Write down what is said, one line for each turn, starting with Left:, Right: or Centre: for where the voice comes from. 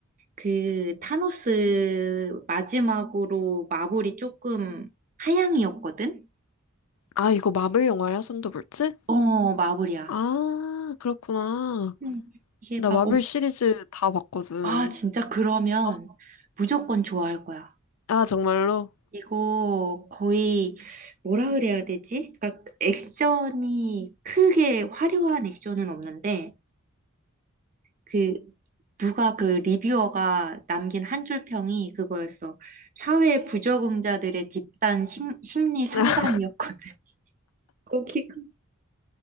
Right: 그 타노스 마지막으로 마블이 조금 하향이었거든?
Left: 아, 이거 마블 영화야, 썬더볼츠?
Right: 어, 마블이야.
Left: 아, 그렇구나.
Right: 네. 이게
Left: 나
Right: 막
Left: 마블 시리즈 다 봤거든.
Right: 아, 진짜 그러면
Left: 어,
Right: 무조건 좋아할 거야.
Left: 아, 정말로?
Right: 이거 거의 뭐라 그래야 되지? 그러니까 액션이 크게 화려한 액션은 없는데 그 누가 그 리뷰어가 남긴 한 줄 평이 그거였어. 사회 부적응자들의 집단 심, 심리 상담이었거든.
Left: <laughs>
Right: <laughs> 거기가